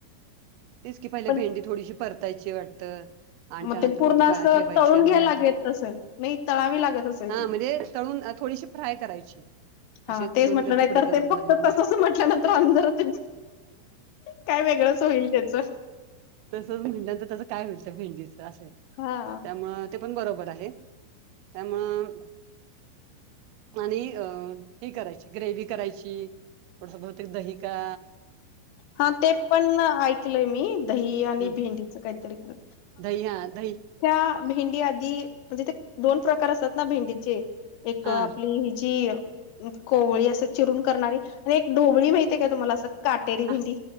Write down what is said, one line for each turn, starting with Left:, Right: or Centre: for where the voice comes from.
Right: तेच की पहिल्या
Left: पण
Right: भेंडी थोडीशी परतायची वाटत आणि त्यानंतर
Left: ते पूर्ण
Right: मग त
Left: असं
Right: ठेवायची
Left: तळून
Right: आणि
Left: घ्यायला
Right: नंतर,
Left: लागत असेल नाही तळावी लागत असेल
Right: हा
Left: ती
Right: म्हणजे तळून थोडीशी फ्राय करायची. असे
Left: हा तेच
Right: दोन्हीकडे
Left: म्हटलं नाही
Right: तुकडे
Left: तर,
Right: करून
Left: ते फक्त
Right: मधन
Left: तसच म्हटल्या नंतर आणि जरा ते. काय वेगळच होईल त्याच.
Right: तसच म्हणल् तर त्याचं काय होईल भेंडीच अस हाय,
Left: हा
Right: त्यामुळ ते पण बरोबर आहे, त्यामूळ आणि अ, ही करायची. ग्रेवी करायची, थोडस बहुतेक दही खा
Left: हा ते पण ऐकलय मी दही आणि
Right: हम्
Left: भेंडीच काहीतरी कर.
Right: दही हा, दही.
Left: त्या भेंडी आधी, म्हणजे ते दोन प्रकार असतात ना भेंडीचे. एक
Right: हा
Left: आपली हेजी कोवळी असं चिरून करणारी. आणि एक ढोबळी माहितीय का तुम्हाला, असं काटेरी भिंडी.
Right: हा